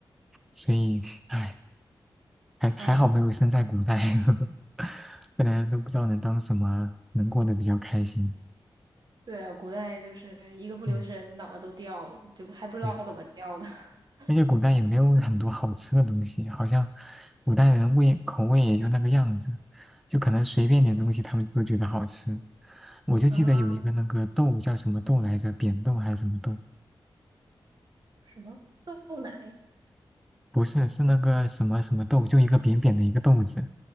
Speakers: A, in the centre; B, on the right (about 60°).
A: 所以唉，还还好没有生在古代，
B: 哎。
A: <laughs> 不然都不知道能当什么，能过得比较开心。
B: 对啊，古代就是一个不留神，
A: 嗯，
B: 脑袋都掉了，就还不知道怎么掉的。
A: 对。
B: <laughs>
A: 而且古代也没有很多好吃的东西，好像古代人味口味也就那个样子，就可能随便点东西他们都觉得好吃。我就记得有一个那个豆叫什么豆来着，
B: 啊，
A: 扁豆还是什么豆？
B: 什么豆奶、
A: 不是，是那个什么什么豆，就一个扁扁的一个豆子，